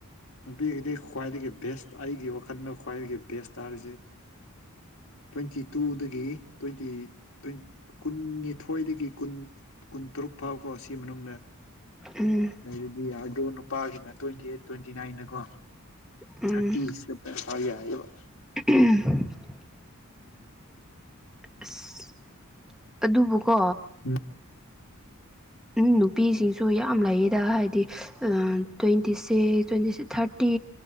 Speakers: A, on the left; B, in the centre.
A: ꯅꯨꯄꯤꯒꯤꯗꯤ ꯈ꯭ꯋꯥꯏꯗꯒꯤ ꯕꯦꯁ ꯑꯩꯒꯤ ꯋꯥꯈꯜꯗ ꯈ꯭ꯋꯥꯏꯗꯒꯤ ꯕꯦꯁꯇ ꯇꯔꯤꯖꯦ ꯇ꯭ꯋꯦꯟꯇꯤ ꯇꯨꯗꯒꯤ ꯇ꯭ꯋꯦꯟꯇꯤ ꯇ꯭ꯋꯦꯟ ꯀꯨꯟꯅꯤꯊꯣꯏꯗꯒꯤ ꯀꯨꯟ ꯀꯨꯟꯇꯔꯨꯛ ꯐꯥꯎꯕꯀꯣ ꯁꯤ ꯃꯅꯨꯡꯗ
B: ꯎꯝ
A: ꯂꯩꯔꯗꯤ ꯌꯥꯗꯔꯣ ꯅꯨꯄꯥꯒꯤꯅ ꯇ꯭ꯋꯦꯟꯇꯤ ꯑꯩꯏꯠ ꯇ꯭ꯋꯦꯟꯇꯤ ꯅꯥꯏꯟꯅꯀꯣ
B: ꯎꯝ
A: ꯊꯥꯔꯇꯤ ꯏꯁ ꯗꯥ ꯕꯦꯁ ꯍꯣꯏ ꯌꯥꯏꯌꯦꯕ
B: <unintelligible> ꯑꯁ ꯑꯗꯨꯕꯨꯀꯣ
A: ꯎꯝ
B: ꯎꯝ ꯅꯨꯄꯤꯁꯤꯡꯁꯨ ꯌꯥꯝ ꯂꯩꯌꯦꯗ ꯍꯥꯏꯗꯤ ꯇ꯭ꯋꯦꯟꯇꯤ ꯁꯤꯛꯁ ꯇ꯭ꯋꯦꯟꯇꯤꯛ ꯊꯥꯔꯇꯤ